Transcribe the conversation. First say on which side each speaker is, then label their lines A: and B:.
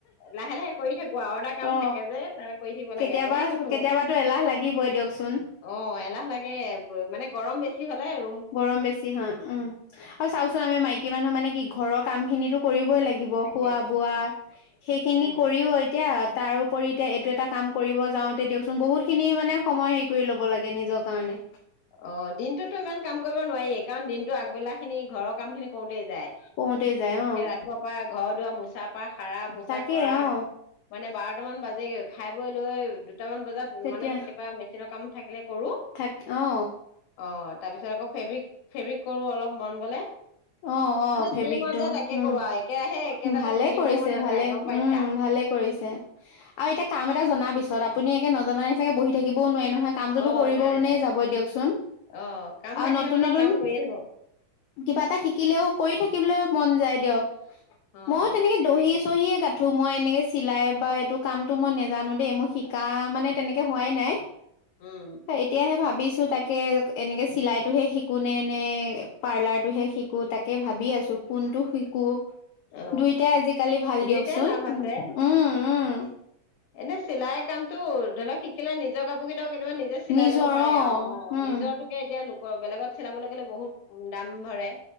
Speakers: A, on the left; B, on the left.
A: লাহে লাহে কৰি থাকো আৰু এটা কাম
B: অ
A: থাকে যে তাৰ কৰি থাকিব
B: কেতিয়াবা
A: লাগে দহি গুঠো
B: কেতিয়াবা এলাহ লাগিবই দিয়কচোন
A: অ এলাহ লাগে মানে গৰম বেছি হ'লে আৰু
B: গৰম বেছি হা উম আৰু চাওঁক চোন আমি মাইকী মানুহ মানে কি ঘৰৰত কাম খিনিতো কৰিব লাগিব
A: তাকে
B: খোৱা বোৱা সেইখিনি
A: উম
B: কৰিওঁ এতিয়া তাৰোপৰি এতিয়া এইটো এটা কাম কৰিব যাওঁতে দিয়কচোন বহুত খিনি মানে সময় হেৰি কৰি লব লাগে নিজৰ কাৰণে।
A: অঁ, দিনটো ইমান কাম কৰিব নোৱাৰেই কাৰণ দিনটো আগবেলা খিনি ঘৰৰ কাম খিনি কৰোতেই যায়,
B: কৰোতে যায় অ
A: ৰাতিপুৱা পৰা ঘৰ দুৱাৰ মোচা পা সাৰা মোচা
B: তাকে
A: কৰা,
B: অ
A: মানে বাৰটা মান বাজেগৈ খাই লৈ লৈ কেইটামান
B: তেতিয়া
A: কেতিয়াবা থাকিলে কৰো
B: থাক অ
A: অঁ। তাৰপিছত আকৌ ফেবিক, ফেবিক কৰো অলপ মন গ'লে।
B: অঁ, অঁ,
A: মানে
B: ফেবিকটো
A: যি মন যায় তাকে
B: উম,
A: কৰো আৰু একেৰাহে একেটাতে
B: ভালে
A: বহি থাকিব
B: কৰিছে
A: মন নাযায়
B: ভালে
A: গম পাইছা
B: উম, ভালে কৰিছে, আৰু এতিয়া কাম এটা জনাৰ পিছ তাৰ পাছত আপুনি একে নজনা নিচিনাকে বহি থাকিবও নোৱাৰে নহয় কামটোতো
A: অ
B: কৰিব
A: নাই
B: মনে
A: নাই
B: যাব দিয়কচোন,
A: অ কাম
B: আৰু
A: থাকিলে
B: নতুন
A: মানে
B: নতুন
A: কাম কৰিয়ে থাকিব
B: কিবা এটা শিকিলেও কৰি থাকিবলৈ মন যায় দিয়ক।
A: অ
B: মই তেনেকৈ
A: তাকে
B: দহি চহিয়ে গাঠো গাঠো মই এনেকে চিলাই বা এইটো কামতটো মই নেজানো দেই মোৰ শিকা মানে তেনেকৈ হোৱাই নাই।
A: উম
B: এতিয়াহে ভাবিছো ছো তাকে এনেকৈ চিলাইতোহে শিকো নে নে পাৰ্লাৰটোহে শিকো তাকে ভাবি আছো কোনটো শিকো।
A: অ
B: দুইটাই আজিকালি ভাল
A: দুইটাই
B: দিয়কচোন,
A: লাভ
B: উম,
A: আছে
B: উম।
A: এনে চিলাই কামতটো <unintelligible> শিকিলে নিজৰ কাপোৰ কেইটাও কেত কেতিয়াবা নিজে চিলাই
B: নিজৰ
A: ল'ব পাৰে
B: অ
A: আৰ অ',
B: উম
A: নিজৰ তোকে এতিয়া লোকৰ বেলেগত চিলাবলৈ গ'লে বহুত, উ দাম ভৰে।